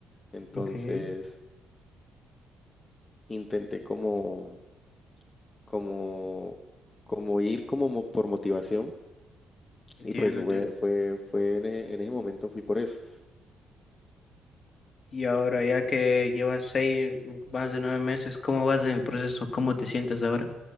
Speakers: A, on the left; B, on the left.
A: entonces
B: ok.
A: intenté como, como, como ir como mo- por motivación
B: Entiendo,
A: y pues fue,
B: entiendo.
A: fue, fue en e- en ese momento fui por eso.
B: Y ahora, ya que llevas seis, más de nueve meses, ¿cómo vas en el proceso? ¿Cómo te sientes ahora?